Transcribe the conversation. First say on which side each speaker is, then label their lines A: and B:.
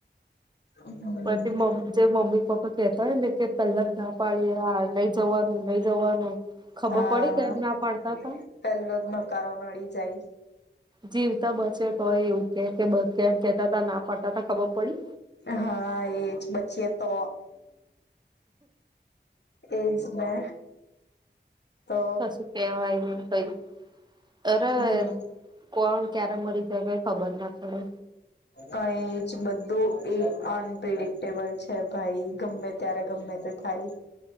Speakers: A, on the left; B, on the right.
A: હમ
B: પછીમ્ જે મમ્મી પપ્પા. કેતા <unintelligible> કે પેલા જ ના પાડી આ લઈ જવાનું લઈ જવાનું ખબર
A: હા
B: પડી કેમ ના પાડતા ત.
A: પેલો જ નકારો નડી જાય.
B: જીવતા બચે. તો હોય એવું કે કે બ કેમ કેતા તા ના પાડતા તા ખબર પડી
A: હા એજ બચી. તો. એજ ને. તો
B: કશું કેવાય નહી કઈ અરે
A: હમ
B: કોણ ક્યારે મરી જાય કઈ ખબર ના પડે
A: કઈ જ બધું એક. અનપિડિક્ટેબલ છે ભાઈ ગમે ત્યારે ગમે. તે થાઈ.